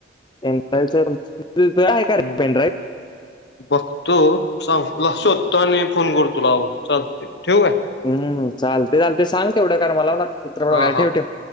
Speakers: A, on the left; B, on the left.
A: तुला आहे का
B: हम्म
A: पेन ड्राव्ह
B: बघतो सांग तुला शोधतो आणि फोन कर तुलावर चालते ठेव आहे.
A: हम चाल ते चालते सांग तेवढं मनावर टाक
B: हा हा
A: ठेवतो.